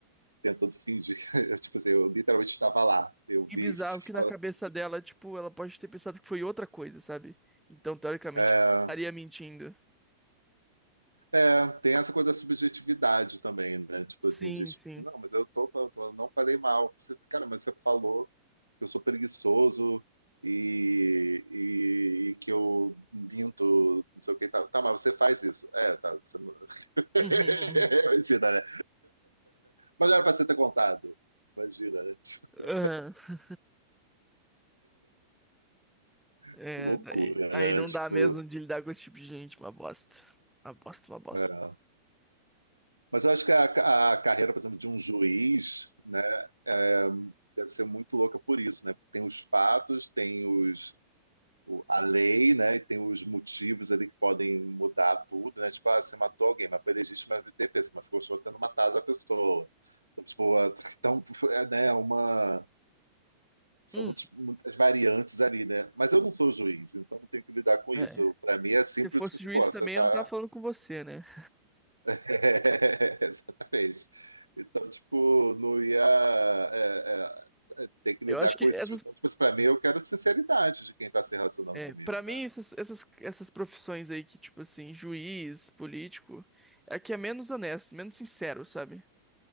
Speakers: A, on the right; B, in the centre.
A: tentando fingir que, <laughs> eu, tipo assim, eu literalmente estava lá, eu vi.
B: E bizarro
A: <laughs>
B: que na cabeça dela, tipo, ela pode ter pensado que foi outra coisa, sabe? Então, teoricamente,
A: É,
B: estaria mentindo.
A: É, tem essa coisa da subjetividade também, né? Tipo
B: Sim,
A: assim, de, tipo,
B: sim.
A: não, mas eu tô, eu tô- eu não falei mal. Você, cara, mas você falou que eu sou preguiçoso e, e- e que eu minto, não sei o que tá Tá, mas você faz isso. É, tá. Você não... <laughs>
B: <laughs>
A: Imagina, né? Mas era pra você ter contado. Imagina, né? <laughs> Tipo,
B: Aham. É,
A: que loucura,
B: daí, aí
A: né?
B: não
A: Tipo,
B: dá mesmo de lidar com esse tipo de gente, uma bosta. Uma bosta, uma bosta.
A: é. Mas eu acho que a, a carreira, por exemplo, de um juiz, né? é, deve ser muito louca por isso, né? Tem os fatos, tem os o- a lei, né? E tem os motivos ali que podem mudar tudo, né? Tipo, ah, você matou alguém, mas foi legítima defesa, mas você continua tendo matado a pessoa. Então, tipo, ah, então, é, né, uma. São
B: Hum,
A: muitos- muitas variantes ali, né? Mas eu não sou juiz, então não tenho que lidar com
B: é.
A: isso. Para mim é simples,
B: Se fosse
A: tipo assim,
B: juiz
A: pô, você
B: também,
A: tá.
B: eu não tava falando
A: <laughs>
B: com você, né? <laughs>
A: É, Exatamente. Então, tipo, não ia é, é, é, ter que
B: Eu
A: lidar
B: acho que
A: com
B: essas,
A: isso. Então, tipo, para mim eu quero sinceridade de quem está se relacionando
B: é,
A: comigo,
B: para mim
A: né?
B: essas, essas, essas profissões aí que tipo assim, juiz, político, é a que é menos honesto, menos sincero, sabe?